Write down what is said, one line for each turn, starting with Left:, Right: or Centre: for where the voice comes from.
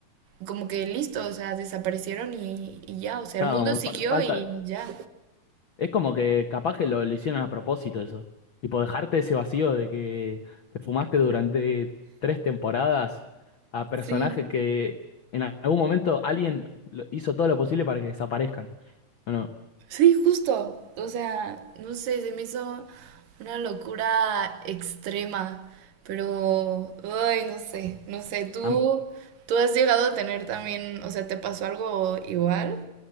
Right: como que listo, o sea, desaparecieron y, y ya, o sea,
Left: Claro,
Right: el mundo siguió
Left: fa- falta.
Right: y ya.
Left: Es como que capaz que lo, lo hicieron a propósito eso. Tipo, dejarte ese vacío de que te fumaste durante tres temporadas a personajes
Right: Sí.
Left: que en algún momento alguien lo- hizo todo lo posible para que desaparezcan. Bueno,
Right: Sí, justo. O sea, no sé, se me hizo una locura extrema, pero, ay, no sé, no sé, tú,
Left: a m-
Right: tú has llegado a tener también, o sea, ¿te pasó algo igual?